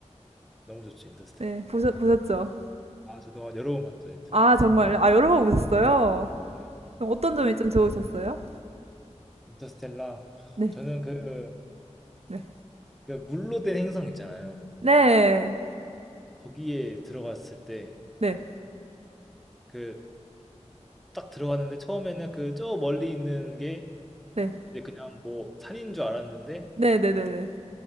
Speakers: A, in the centre; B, on the right.
A: 너무 좋죠 인터스텔라.
B: 네, 보셨, 보셨죠?
A: 아 저도 여러 번 봤죠 인터-
B: 아,
A: 인터스텔라.
B: 정말요? 아, 여러 번 보셨어요?
A: 음,
B: 그럼 어떤 점이
A: 그럼요.
B: 좀 좋으셨어요?
A: 인터스텔라
B: 네,
A: 저는 그,
B: 네.
A: 그 물로 된 행성 있잖아요.
B: 네,
A: 거기에 들어갔을 때
B: 네,
A: 그 딱 들어갔는데 처음에는 그 저 멀리 있는 게
B: 네.
A: 이제 그냥 뭐 산인 줄 알았는데
B: 네네 네 네. 네.